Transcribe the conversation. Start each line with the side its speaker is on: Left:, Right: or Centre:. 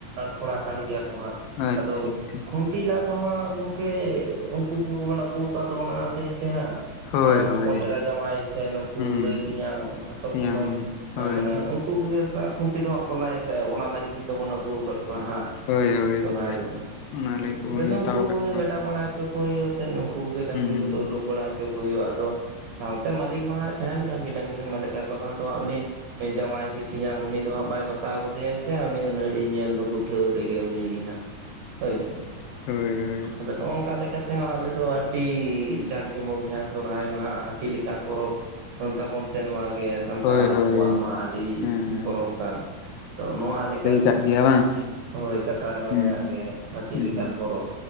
Right: ᱠᱚᱲᱟ ᱠᱟᱱ ᱜᱮᱭᱟ ᱠᱚ ᱦᱟᱸᱜ
Left: ᱟᱪᱪᱷᱟ
Right: ᱟᱫᱚ
Left: ᱟᱪᱪᱷᱟ
Right: ᱠᱷᱩ ᱴᱤ ᱞᱟ ᱫᱚ ᱦᱟᱸᱜ ᱜᱚᱝᱠᱮ ᱩᱱᱠᱩᱵᱚᱱ ᱟᱹᱜᱩ ᱠᱟᱜ ᱫᱚ ᱚᱱᱟ ᱟᱹᱫᱟᱹᱭ ᱛᱮ ᱦᱟᱸᱜ
Left: ᱦᱳᱭ
Right: ᱦᱚᱯᱚᱱ
Left: ᱦᱳᱭ
Right: ᱮᱨᱟ ᱡᱟᱶᱟᱭ ᱥᱮ ᱱᱩᱠᱩ
Left: ᱦᱩᱸ
Right: ᱫᱟᱹᱭ ᱛᱮᱧᱟᱝ ᱦᱟᱛᱚᱢᱼ
Left: ᱛᱮᱭᱟᱝ
Right: ᱠᱩᱢᱟᱹᱝ ᱢᱟᱱ
Left: ᱦᱳᱭ ᱦᱳᱭ
Right: ᱩᱱᱠᱩ ᱠᱚᱜᱮ ᱦᱟᱜ ᱠᱷᱩᱱᱴᱤ ᱫᱚ ᱦᱟᱸᱜ ᱠᱚ ᱞᱟᱭ-ᱟ ᱥᱮ ᱚᱱᱟ ᱞᱟᱹᱜᱤᱫ ᱜᱮᱚᱛᱚᱵ ᱵᱚᱱ ᱟᱹᱩ ᱠᱟᱫ ᱠᱚᱣᱟ ᱠᱚᱣᱟ ᱦᱟᱸᱜ
Left: ᱦᱳᱭ ᱦᱳᱭ
Right: ᱥᱚᱨᱦᱟᱭ ᱨᱮᱢᱟ
Left: ᱚᱱᱟ ᱞᱟᱹᱜᱤᱫ ᱵᱚᱱ
Right: ᱟᱫᱚ ᱱᱩᱠᱩ
Left: ᱱᱮᱣᱛᱟ ᱟᱠᱟᱫ
Right: ᱠᱚᱜᱮ
Left: ᱠᱚᱣᱟ
Right: ᱜᱟᱰᱟ ᱵᱟᱲᱟ ᱦᱚᱪᱚ ᱠᱚ ᱦᱩᱭᱩᱜᱼᱟ ᱥᱮ ᱱᱩᱠᱩ ᱠᱚᱜᱮ ᱰᱟᱝᱨᱤ
Left: ᱦᱩᱸ
Right: ᱠᱚᱫᱚ ᱩᱰᱩᱠ ᱵᱟᱲᱟ ᱪᱚ ᱠᱚ ᱦᱩᱭᱩᱜᱼᱟ ᱛᱚ ᱥᱟᱶᱛᱮ ᱢᱟᱹᱞᱤᱠ ᱢᱟ ᱦᱟᱭ ᱛᱟᱦᱮᱱ ᱠᱟᱱ ᱜᱮ ᱰᱟᱝᱨᱤ ᱨᱮᱱ ᱢᱟᱹᱤᱠ ᱟᱨ ᱵᱟᱠᱷᱟᱱ ᱫᱚ ᱦᱟᱸᱜ ᱩᱱᱤ ᱦᱮᱸ ᱡᱶᱟᱭ ᱥᱮ ᱛᱮᱧᱟᱝ ᱩᱱᱤ ᱫᱚ ᱦᱟᱸᱜ ᱵᱟᱭ ᱵᱟᱛᱟᱣ ᱜᱚᱫᱮᱭᱟ ᱥᱮ ᱩᱱᱤ ᱟᱹᱱᱟᱹᱲᱤ ᱧᱮᱞ ᱫᱚ ᱜᱩᱛᱷᱟᱹᱣ ᱟᱫᱤ‌ ᱜᱤ ᱩᱱᱤᱜᱮ ᱦᱟᱸᱜ ᱦᱳᱭ ᱥᱮ
Left: ᱦᱳᱭ ᱦᱳᱭ
Right: ᱟᱫᱚ ᱱᱚᱜ ᱱᱚᱝᱠᱟ ᱞᱮᱠᱟᱛᱮ ᱛᱮᱦᱚᱸ ᱟᱞᱮ ᱫᱚ ᱟᱹᱰᱤ ᱡᱟᱸᱠ ᱡᱚᱢᱚᱠ ᱜᱮᱭᱟ ᱥᱚᱨᱦᱟᱭ ᱢᱟᱦᱟ ᱦᱟᱹᱛᱤ ᱞᱮᱠᱟᱱ ᱯᱚᱨᱚᱵᱽ ᱛᱚᱞ ᱛᱟᱵᱚᱱᱟ ᱥᱮ ᱱᱚᱣᱟ ᱜᱮ ᱥᱟᱱᱛᱟᱲ
Left: ᱦᱳᱭ ᱦᱳᱭ
Right: ᱠᱚᱣᱟᱜ ᱢᱟ ᱟᱹᱰᱤ
Left: ᱦᱮᱸ
Right: ᱯᱚᱨᱚᱵᱽ ᱠᱟᱱ ᱟᱫᱚ ᱱᱚᱣᱟ ᱞᱮᱠᱟᱛᱮ
Left: ᱠᱟᱜ ᱜᱮᱭᱟ ᱵᱟᱝ
Right: ᱦᱳᱭ ᱠᱟᱛᱷᱟ ᱨᱮᱢᱟ
Left: ᱦᱩᱸ
Right: ᱢᱮᱱᱟᱜ ᱜᱮ ᱦᱟᱹᱛᱤ
Left: ᱦᱩᱸ
Right: ᱞᱮᱠᱟᱱ ᱯᱚᱨᱚᱵᱽ